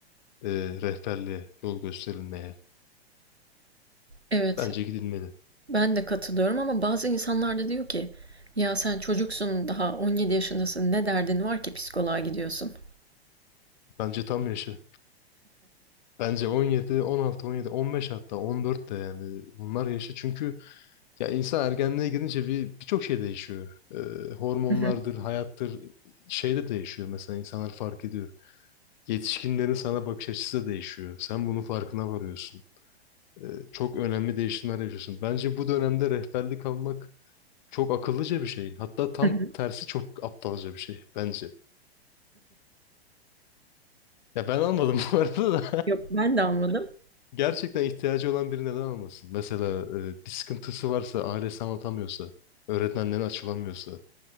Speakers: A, on the left; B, on the right.
A: Ee, rehberliğe, yol gösterilmeye.
B: Evet,
A: Bence gidilmeli.
B: ben de katılıyorum ama bazı insanlar da diyor ki, ya sen çocuksun daha 17 yaşındasın ne derdin var ki psikoloğa gidiyorsun?
A: Bence tam yaşı. Bence 17, 16, 17, 15 hatta 14 de yani bunlar yaşı çünkü ya insan ergenliğe gidince bir birçok şey değişiyor. Ee, hormonlardır,
B: Hı hı.
A: hayattır şey de değişiyor mesela insanlar fark ediyor. Yetişkinlerin sana bakış açısı da değişiyor. Sen bunun farkına varıyorsun. Ee, çok önemli değişimler yaşıyorsun. Bence bu dönemde rehberlik almak çok akıllıca bir şey. Hatta tam
B: Hı hı.
A: tersi çok aptalca bir şey bence. Ya ben anladım <laughs> bu arada da.
B: Yok ben de anladım.
A: Gerçekten ihtiyacı olan biri neden almasın? Mesela e, bir sıkıntısı varsa, ailesi anlatamıyorsa, öğretmenlerine açılamıyorsa,